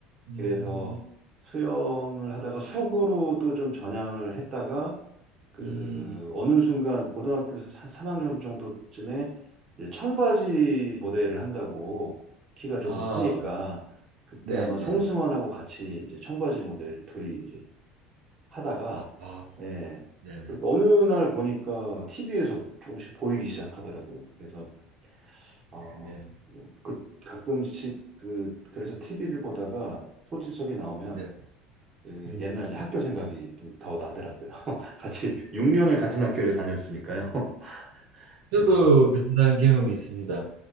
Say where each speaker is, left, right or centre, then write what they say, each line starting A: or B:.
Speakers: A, on the right (about 70°); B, on the right (about 35°).
A: 음,
B: 그래서 수영을 하다가 수구로 또 좀 전향을 했다가 그
A: 음,
B: 어느 순간 고등학교 3학년 정도쯤에 이제 청바지 모델을 한다고 키가 조금
A: 아,
B: 크니까 그때
A: 네네.
B: 아마 송승헌하고 같이 이제 청바지 모델을 둘이 이제 하다가
A: 아, 아,
B: 예.
A: 네,
B: 그리고 어느 날 보니까 TV에서 조금씩 보이기 시작하더라고. 그래서 아,
A: 네,
B: 그 가끔씩 그 그래서 TV를 보다가 소지섭이 나오면
A: 네,
B: 예
A: 음.
B: 옛날 이제 학교 생각이 좀 더 나더라고요. <laughs> 같이 6년을 같은 학교를 다녔으니까요. <laughs> 그래서,
A: 저도 비슷한 경험이 있습니다.